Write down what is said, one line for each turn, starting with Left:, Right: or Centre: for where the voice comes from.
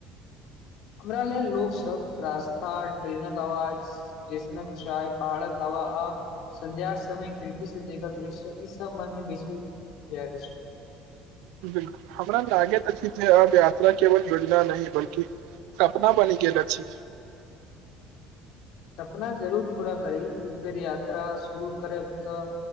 Left: हमरा लेल लोक सब रास्ता ट्रेनक अवाज टेशनक चाय पहाड़क हवा आ संध्याक समय खिड़की से देखल दृश्य ई सब मन में बेसी जा रह छै।
Right: बिल्कुल हमरा लागैत अछि जे अब यात्रा केवल योजना नहि बल्कि सपना बनी गेल अछि।
Left: सपना जरूर पूरा करै एक बेर यात्रा शुरू करैब तऽ